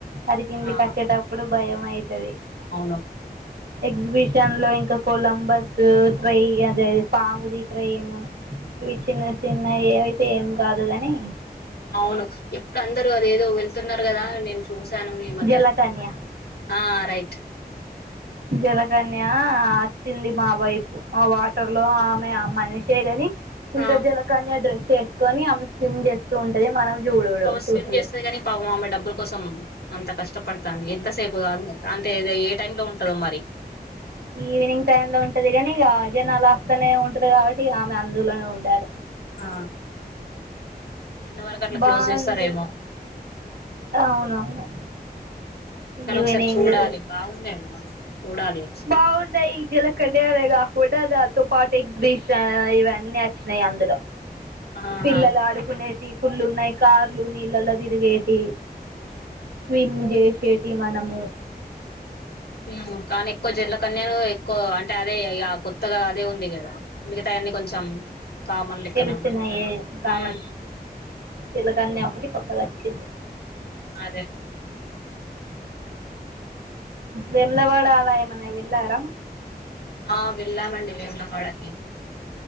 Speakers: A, on the right; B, on the left.
A: అది కిందికచ్చేటప్పుడు
B: ఆ
A: భయం అయితది
B: అవును
A: ఎగ్జిబిషన్ లో ఇంకా కొలంబస్ ట్రై అదే పాముది ట్రైన్ ఇవి చిన్న చిన్న ఏ అయితే ఏం కాదు కాని
B: అవును ఇప్పుడు అందరూ అదేదో వెళ్తున్నారు కదా నేను చూశాను మీ మధ్య
A: జలకన్య
B: ఆ రైట్
A: జలకన్య వచ్చింది మా వైపు మా వాటర్ లో ఆమె ఆ మనిషే గని ఇక
B: ఆ
A: జలకన్య డ్రెస్ ఏసుకొని ఆమె స్విమ్ చేస్తూ ఉంటది మనం చూడుడు
B: పాపం స్విమ్
A: చూసుడు
B: చేస్తది కాని పాపం ఆమె డబ్బుల కోసం అంత కష్టపడతాంది ఎంతసేపు కాదు అంటే ఏ టైమ్ లో ఉంటదో మరి
A: ఈవినింగ్ టైమ్ లో ఉంటది కానీ ఇగ జనాలు వస్తనే ఉంటరు కాబట్టి ఆమె అందులోనే ఉండాలి
B: ఆ టెన్ వరకు అట్లా
A: బాగుంది
B: క్లోజ్ చేస్తారేమో
A: అవునవును
B: కానీ
A: ఈవినింగ్
B: ఒకసారి చూడాలి బాగుందేమో చూడాలే
A: బాగున్ ఈ జల కన్యనే గాకుండా దాన్తో పాటు ఎగ్జిబిషన్ ఇవన్నీ అచ్చినయి అందులో
B: ఆహా
A: పిల్లలాడుకునేటియి ఫుల్లు ఉన్నయి కార్లు నీళ్ళల్లో దిరిగేటియ్
B: హ్మ్
A: స్విమ్ జేసేటియ్ మనము
B: హ్మ్ కానీ ఎక్కువ జల కన్యను ఎక్కువ అంటే అదే ఇగా కొత్తగ అదే ఉంది కదా మిగతాయన్నీ కొంచెం కామన్ లెక్కనే
A: తెలిసినయే
B: ఉన్నాయి
A: కావ
B: ఉమ్
A: జల కన్య ఒకటి కొత్తగ అచ్చింది
B: హ్మ్ అదే
A: వెమ్లవాడ ఆలాయమేన్న వెళ్ళారా
B: ఆ వెళ్ళామండి వేముల వాడకి